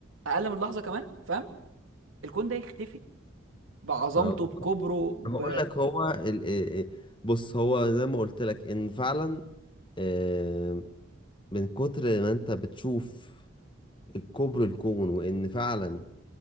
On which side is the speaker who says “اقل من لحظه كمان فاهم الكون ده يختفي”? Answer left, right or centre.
Right